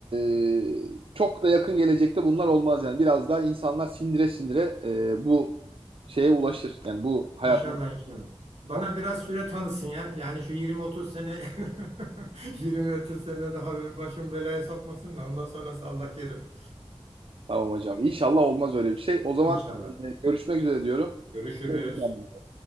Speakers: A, on the right; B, on the right.
A: e, çok da yakın gelecekte bunlar olmaz yani. Biraz daha insanlar sindire sindire e, bu şeye ulaşır. Yani bu hayat.
B: İnşallah inşallah. Bana
A: Tamam,
B: biraz süre tanısın ya. Yani şu 20-30 sene <laughs> 20-30 sene daha benim başımı belaya sokmasın da ondan sonrası Allah kerim.
A: tamam hocam. İnşallah olmaz öyle bir şey. O zaman
B: İnşallah.
A: e, görüşmek üzere diyorum.
B: Görüşürüz.
A: Hoşçakalın.